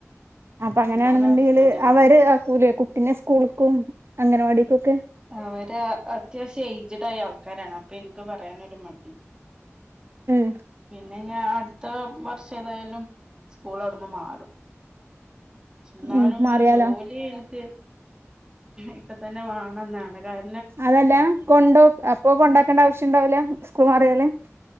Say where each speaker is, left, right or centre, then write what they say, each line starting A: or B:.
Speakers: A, on the right (about 55°); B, on the right (about 15°).
A: അപ്പ അങ്ങനെയാണെന്നൊണ്ടെങ്കില്
B: പിന്നാണ് ഹസ്ബൻഡിന്
A: അവെര് ആക്കൂലേ കുട്ടിനെ സ്കൂളുക്കും അംഗനവാടിക്കൊക്കെ
B: അവെര് അത്യാവശ്യം എയ്ജെഡായ ആൾക്കാരാണ് അപ്പ എനിക്ക് പറയാനൊരു മടി <inaudible>
A: ഉം
B: പിന്നെ ഞാൻ അടുത്ത വർഷേതായാലും സ്കൂൾ അവെടുന്ന് മാറും ചുമ്മാ
A: ഉം
B: വെരുമ്പോ
A: മാറിയാലോ
B: ഈ ജോലിയെനിക്ക് ഇപ്പ തന്നെ വേണേന്നാണ് കാര
A: അതല്ല. കൊണ്ടോ അപ്പൊ കൊണ്ടാക്കേണ്ട ആവശ്യവൊണ്ടാവില്ല സ്കൂള് മാറിയാല്